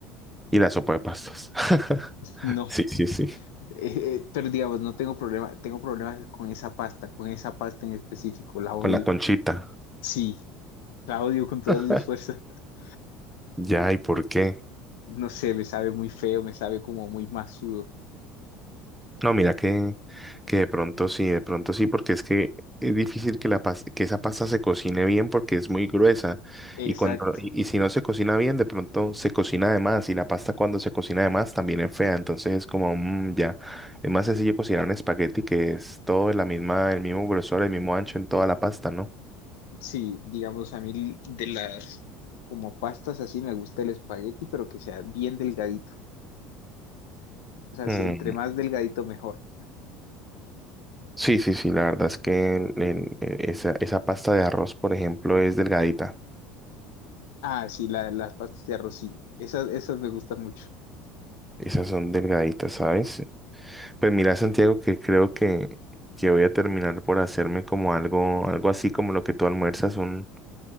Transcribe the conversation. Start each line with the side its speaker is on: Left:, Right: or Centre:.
Centre: Y la sopa de pastas. <laughs>
Left: No.
Centre: Sí, sí, sí.
Left: Eh, eh, pero digamos, no tengo problema, tengo problemas con esa pasta, con esa pasta en específico, la odio.
Centre: Con la conchita.
Left: Sí, la odio con todas
Centre: <laughs>
Left: mis fuerzas. <laughs>
Centre: Ya, ¿y por qué?
Left: No sé, me sabe muy feo, me sabe como muy masudo.
Centre: No, mira que, que de pronto sí, de pronto sí, porque es que es difícil que, la pas- que esa pasta se cocine bien porque es muy gruesa
Left: Exacto.
Centre: y, cuando, y, y si no se cocina bien, de pronto se cocina de más y la pasta cuando se cocina de más también es fea, entonces es como, mm, ya, es más sencillo cocinar un espagueti que es todo de la misma, el mismo grosor, el mismo ancho en toda la pasta, ¿no?
Left: Sí, digamos, a mí de las como pastas así me gusta el espagueti, pero que sea bien delgadito. O sea,
Centre: Mm,
Left: si entre más delgadito mejor.
Centre: Sí, sí, sí, la verdad es que el- el- e- esa, esa pasta de arroz, por ejemplo, es delgadita.
Left: Ah, sí, la- las pastas de arroz, sí. Esas, esas me gustan mucho.
Centre: Esas son delgaditas, ¿sabes? Pues mira, Santiago, que creo que, que voy a terminar por hacerme como algo, algo así como lo que tú almuerzas, un,